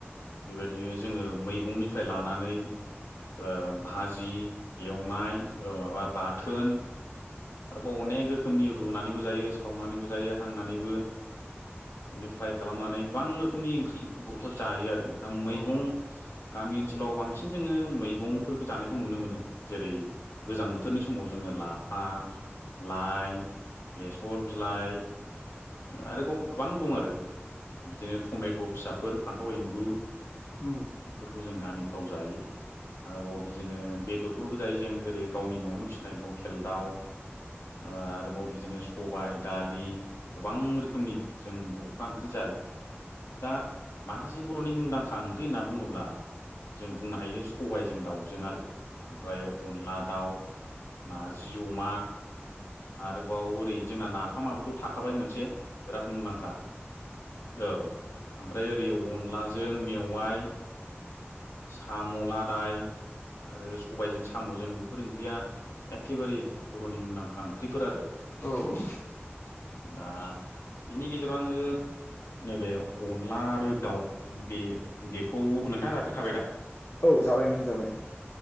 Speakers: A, on the left; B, on the left.
A: बेबायदिनो जोङो मैगंनिफ्राय लानानै ओ भाजि एवनाय माबा बाथोन आरोबाव अनेक रोखोमनि रुनानैबो जायो सावनानैबो जायो हांनानैबो बिनि फ्राय खालामनानै गोबां रोखोमनि ओंख्रि बर'फोरा जायो आरो दा मैगं
B: औ
A: गामि ओनसोलाव बांसिन जोङो मैगंफोर जानायखौ नुनो मोनो जेरै गोजां बोथोरनि समाव जोङो लाफा लाय बेस सर बिलाइ आरोबाव गोबां दं आरो बिदिनो टमेट' फिसाफोर फान्थाव एम्बु
B: औ
A: बेफोरखौ जों गामिफ्राव जायो। आरोबाव बिदिनो बेदरफोरबो जायो जों जेरै गावनि न'आवनो फिसिनाय लकेल दाउ आरोबाव बिदिनो सबाय दालि गोबां रोखोमनि जों बर'फ्रा ओंख्रि जायो। दा माखासे बर'नि मुंदांखा ओंख्रि होनना बुङोब्ला जों बुंनो हायो सबायजों दाउजों आरो ओमफ्राय अनला दाउ नारजि अमा आरोबाव ओरै जोंना नाफामाबोथ' थाखाबाय मोनसे बिराद मुंदांखा औ ओमफ्राय ओरै अनलाजों मेवाइ साम लादाय आरो सबायजों साम'जों बेफोर ओंख्रिया एखेबारे बर'नि मुंदांखा ओंख्रिफोर आरो।
B: औ औ
A: दा बिनि गेजेराव आङो नैबे अनला आरो दाउ बे बेखौ नोंथाङा जाफेरखाबाय दा
B: औ जाबाय नोंथां जाबाय।